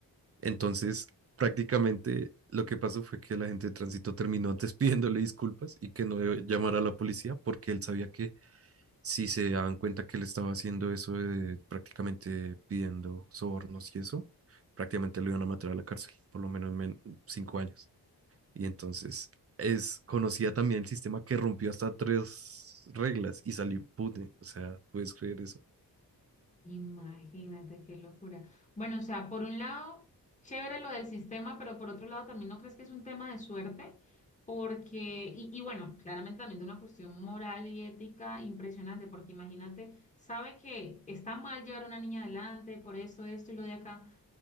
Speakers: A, on the right; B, on the left.
A: Entonces, prácticamente lo que pasó fue que el agente de tránsito terminó <laughs> antes pidiéndole disculpas y que no llamara a la policía porque él sabía que si se daban cuenta que él estaba haciendo eso de prácticamente pidiendo sobornos y eso, prácticamente lo iban a matar a la cárcel, por lo menos men- cinco años. Y entonces es conocía también el sistema que rompió hasta tres reglas y salió impune. O sea, ¿puedes creer eso?
B: Imagínate qué locura. Bueno, o sea, por un lado, chévere lo del sistema, pero por otro lado también no crees que es un tema de suerte, porque, y, y bueno, claramente también de una cuestión moral y ética impresionante, porque imagínate, sabe que está mal llevar a una niña adelante, por eso esto y lo de acá,